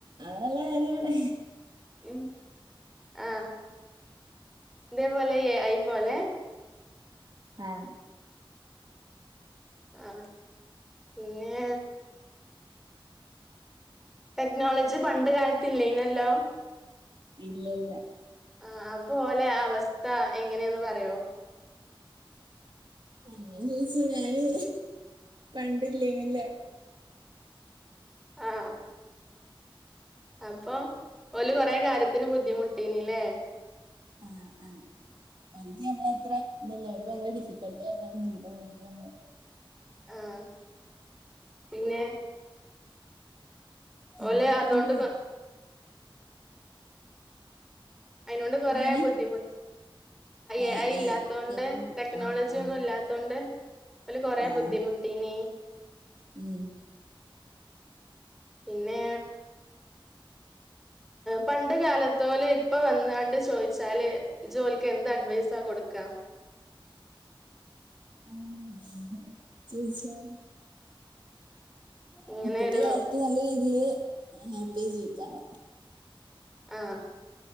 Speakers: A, on the right (about 60°); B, in the centre.
A: അത് നല്ല കാര്യാണ്
B: ഉം ആഹ് ഇതേപോലെ എ ഐ പോലെ
A: ആഹ്
B: ആഹ് പിന്നെ ടെക്നോളജി പണ്ട് കാലത്ത് ഇല്ലേനിയല്ലോ?
A: ഇല്ലല്ല
B: ആ അപ്പോലെ അവസ്ഥ എങ്ങനേന്ന് പറയോ?
A: അങ്ങനെ ചോയ്ച്ച ഞാന് പണ്ടില്ലേനിയല്ലേ
B: ആഹ് അപ്പം ഓല് കൊറേ കാര്യത്തിന് ബുദ്ധിമുട്ടീന്ല്ലേ?
A: ആഹ് ആഹ് ഓൽക്ക് ഞമ്മളത്ര ഇതല്ല ഓല് ഭയങ്കര ഡിഫിക്കൾട്ടായിട്ടാണ് ജീവിതം മുന്നോട്ട് കൊണ്ടോയത്
B: ആഹ് പിന്നെ
A: പിന്നെപ്പെന്താ
B: ഓല് അതോണ്ട് കൊ അയിനോണ്ട് കൊറേ
A: എങ്ങനെ
B: ബുദ്ധിമുട്ട്
A: ആഹ്
B: എ ഐ ഇല്ലാത്തോണ്ട്
A: ആഹ്
B: ടെക്നോളജിയൊന്നും
A: ആഹ് ആഹ്
B: ഇല്ലാത്ത ഇല്ലാത്തോണ്ട് ഓല് കൊറേ
A: ആഹ്
B: ബുദ്ധിമുട്ടീനി.
A: ഉം
B: പിന്നേ പണ്ട് കാലത്തോല് ഇപ്പൊ വന്നാണ്ട് ചോയ്ച്ചാല്. ഇജോൽക്ക് എന്ത്‌ അഡ്വൈസാ കൊടുക്കാ?
A: അങ്ങനൊക്കെ <unintelligible> ചോയ്ച്ചാൽ
B: ഇങ്ങനെ
A: ഇപ്പത്തെ
B: ഒരു
A: കാലത്ത് നല്ല രീതിയില് ഹാപ്പി ആയി ജീവിക്കാം പറയ്
B: ആഹ്